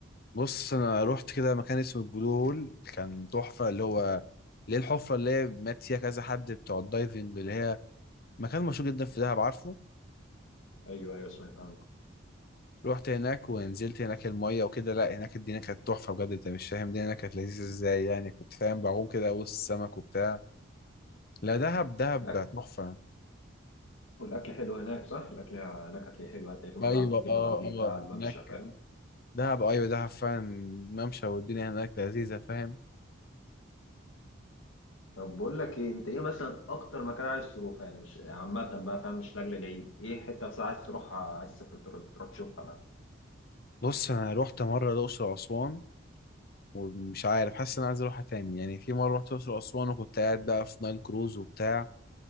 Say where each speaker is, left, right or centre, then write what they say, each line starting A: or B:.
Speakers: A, on the left; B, on the left.
A: بص انا رحت كده مكان اسمه البلو هول كان تحفه اللي هو اللي هي الحفره اللي هي مات فيها كذا حد بتوع الدايفنج اللي هي مكان مشهور جدا في دهب عارفه
B: ايوه ايوه سمعت عنه
A: رحت هناك ونزلت هناك الميه وكده لا هناك الدنيا كانت تحفه بجد انت مش فاهم الدنيا هناك كانت لذيذه ازاي يعني كنت فاهم بعوم كده وسط السمك وبتاع لا دهب دهب
B: الاكل
A: تحفه
B: والاكل حلو هناك صح الاكل هناك هتلاقيه حلو هتلاقي في مطاعم
A: ايوه
B: كتير
A: اه
B: بالعربيه
A: اه
B: على الممشى
A: هناك
B: فاهم
A: دهب ايوه دهب فعلا ممشى والدنيا هناك لذيذه فاهم
B: طب بقول لك ايه انت ايه مثلا اكتر مكان عايز تروحه يعني مش عامه بقى فاهم مش لاجل العيد ايه حته بس عايز تروحها عايز تسافر تروح تروح تشوفها بقى
A: بص انا رحت مره الاقصر واسوان ومش عارف حاسس ان انا عايز اروحها تاني يعني في مره رحت الاقصر واسوان وكنت قاعد بقى في نايل كروز وبتاع